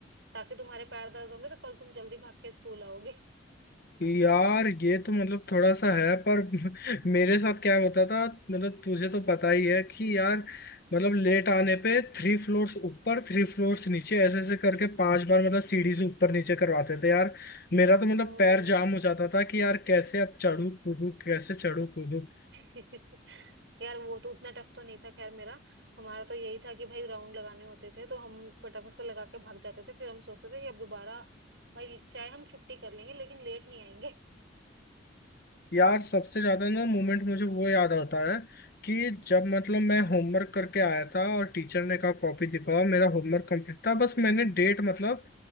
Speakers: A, on the right; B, on the left.
A: ताकि तुम्हारे पैर दर्द होंगे तो कल तुम जल्दी भाग के स्कूल आओगे
B: यार ये तो मतलब थोड़ा
A: <laughs>
B: सा है पर <laughs> मेरे साथ क्या होता था मतलब तुझे तो पता ही है कि यार मतलब लेट आने पे थ्री फ्लोर्स ऊपर थ्री फ्लोर्स नीचे ऐसे ऐसे करके पांच बार मतलब सीढ़ी से ऊपर नीचे करवाते थे यार मेरा तो मतलब
A: ओ
B: पैर जाम हो जाता था कि यार कैसे अब चढ़ू कूदू कैसे चढ़ू कूदू
A: <laughs> यार वो तो उतना टफ तो नहीं था खैर मेरा हमारा तो यही था कि भाई राउंड लगाने होते थे तो हम फटाफट से लगा के भाग जाते थे फिर हम सोचते थे कि अब दोबारा भाई चाहे हम छुट्टी कर लेंगे लेकिन लेट नहीं आएंगे
B: यार सबसे ज्यादा
A: <laughs>
B: ना मोमेंट मुझे वो याद आता है कि जब मतलब मैं होमवर्क करके आया था और टीचर ने कहा कॉपी दिखाओ मेरा होमवर्क कंप्लीट था बस मैंने डेट मतलब